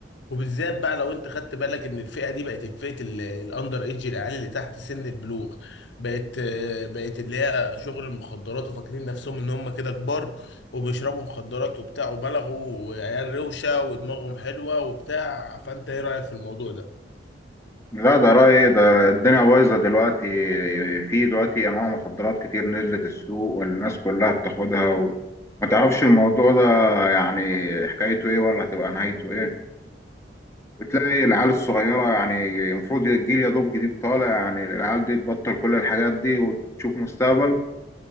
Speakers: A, on the left; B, on the left.
A: وبالذات بقى لو انت خدت بالك ان الفئه دي بقت فئه ال- الاندر ايدج العيال اللي تحت سن البلوغ بقت آه، بقت اللي هي شغل المخدرات وفاكرين نفسهم ان هم كده كبار وبيشربوا مخدرات وبتاع وبلغوا وعيال روشه ودماغهم حلوه وبتاع فانت ايه رايك في الموضوع ده؟
B: لا ده رأيي ده الدنيا بايظة دلوقتي في دلوقتي أنواع مخدرات كتير نزلت السوق والناس كلها بتاخدها وما تعرفش الموضوع ده يعني حكايته إيه ولا هتبقى نهايته إيه وتلاقي العيال الصغيرة يعني المفروض الجيل يا دوب جديد طالع يعني العيال دي تبطل كل الحاجات دي وتشوف مستقبل